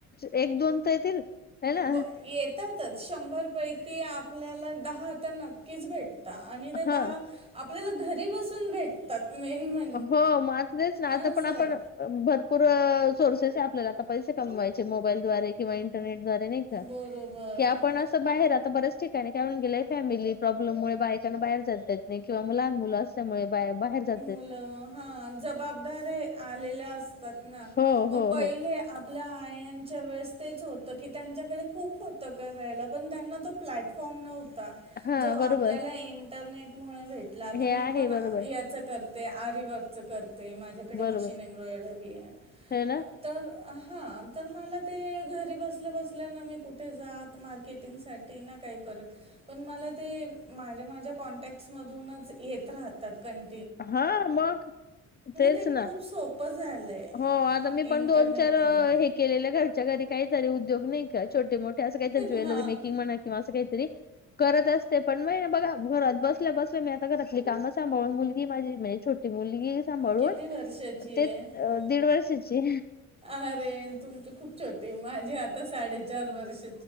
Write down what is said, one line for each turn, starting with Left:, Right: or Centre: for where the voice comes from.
Left: एक दोन तर येतील. है ना
Right: ब येतातच शंभर पैकी आपल्याला दहा तर, नक्कीच भेट तात आणि ते
Left: हा
Right: दहा आपल्याला घरी बसून भेटतात मेन म्हणजे.
Left: हो म आता तेचं ना, आता
Right: असं
Left: पण आपण भरपूर सोर्सेस आहे, आपल्याला आता पैसे कमवायचे मोबाईल द्वारे किंवा इंटरनेटद्वारे. नाही का,
Right: बरोबर
Left: की पण असं बाहेर आता बऱ्याच ठिकाणी काय होवून गेलयं, फॅमिली प्रॉब्लेम मुळे बायकांना बाहेर जातात येत नाहीत किंवा लहान मुलं अस तील त्यामुळे बा- बाहेरा जा
Right: हॅलो! हा जबाबदाऱ्या आलेल्या असतात ना,
Left: हो
Right: मग
Left: हो
Right: पहिले
Left: हो
Right: आप आपल्या आईंच्या वेळेस तेच होतं की, त्यांच्याकडे खूप होतं करायला पण त्यांना तो प्लॅटफॉर्म नव्हता.
Left: हा
Right: जो आपल्याला
Left: बरोबर
Right: इंटरनेट मुळे भेटला तर,
Left: हे
Right: मी
Left: आहे
Right: पण
Left: बरोबर
Right: ह्याच करते आरीवर्कच करते, माझ्याकडे
Left: बरोबर
Right: मशीन आहे एम्ब्रॉयडोरी हाय.
Left: हे ना
Right: तर, हा तर मला ते घरी बसल्या बसल्या ना मी कुठे जात मार्केटिंग साठी ते ना काही करत, पण मला ते माझ्या-माझ्या कॉन्टॅक्टस मधूनच येत राहत. तात कण
Left: हा मग. तेच
Right: ते
Left: ना
Right: खूप सोपं झालं आहे
Left: हो आता मी पण
Right: इंटरनेटमुळे
Left: दोन-चार हे. केलेल्या घरच्या घरी काहीतरी उद्योग नाही का छोटे मोठे असं काहीतरी ज्वेलरी
Right: हां
Left: मेकिंग म्हणा किंवा असं काहीतरी करत असते पण महि ना बघा घरात बसलं बसलं मी आता घरातली कामं सांभाळून मुली माझी म्हणजे छोटी मुलगी सांभाळून
Right: किती वर्षाची
Left: ते
Right: आहे
Left: दीड वर्षाची
Right: अरे तुमची खूप छोटी माझी आता साडेचार वर्ष